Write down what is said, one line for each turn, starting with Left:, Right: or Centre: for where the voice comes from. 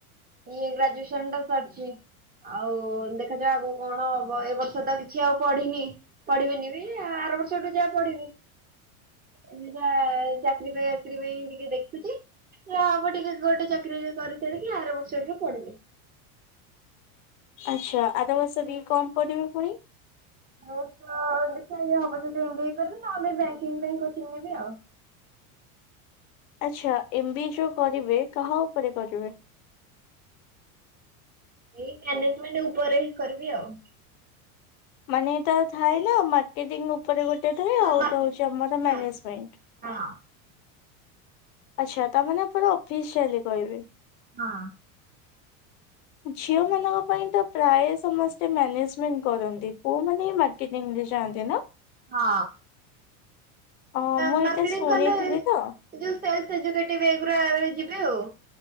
Right: ଇଏ ଗ୍ରାଜୁଏସନ ଟା ସରିଚି। ଆଉ ଦେଖାଯାଉ ଆଗକୁ କଣ ହବ ଏ ବର୍ଷ ତ କିଛି ଆଉ ପଢିନି। ପଢିବେନି ବି ଆର ବର୍ଷଠୁ ଯାହା ପଢିବି। ଅଭିକା ଚାକିରି ପାଇଁ ବାକିରି ପାଇଁ ଟିକେ ଦେଖୁଛି। ଆମ ଟିକେ ଗୋଟେ ଚାକିରି ବାକିରି କରିସାରି ଆର ବର୍ଷକୁ ପଢିବେ?
Left: ଆଚ୍ଛା ଆର ବର୍ଷ ବି କମ ପଢିବେ ପୁଣି?
Right: ମୁଁ ତ ଦେଖିବା ହବ ଯଦି ଏମ ବି ଏ କରିବି ନହେଲେ ବଙ୍କିଙ୍ଗ ପାଇଁ କୋଚିଂ ନେବି ଆଉ।
Left: ଆଚ୍ଛା ଏମ ବି ଏ ଯୋଉ କରିବେ କାହା ଉପରେ କରିବେ।
Right: ଏଇ ମ୍ୟାନେଜ ମେଟ ଉପରେ ହିଁ କରିବି ଆଉ।
Left: ମାନେ ଏଟା ଥାଏ ନା ମାର୍କେଟିଂ ଉପରେ ଗୋଟେ ଥାଏ
Right: ହଁ
Left: ଆଉ
Right: ମାର୍କେଟ
Left: ଗୋଟା ହଉଛି ଆମର
Right: ହଁ
Left: ମ୍ୟାନେଜମେଣ୍ଟ।
Right: ହଁ।
Left: ଆଚ୍ଛା ତା ମାନେ ଆପଣ ଅଫିସ ଚାଲି କହିବେ।
Right: ହଁ।
Left: ଝିଅ ମାନଙ୍କ ପାଇଁ ତ ପ୍ରାୟ ସମସ୍ତେ ମ୍ୟାନେଜମେଣ୍ଟ କରନ୍ତି। ପୁଅ ମାନେ ମାର୍କେଟରେ ଯାଆନ୍ତି ନା।
Right: ହଁ।
Left: ହଁ ମୁଁ
Right: ମାର୍କେଟିଂ
Left: ଏଇଟା ଶୁଣିଥିଲି
Right: କଲେ ଏଇ
Left: ତ
Right: ଯଉ ଶେଲେଷ୍ ଏକଜୁକେଟିଭ ରହିଯିବେ ଆଉ।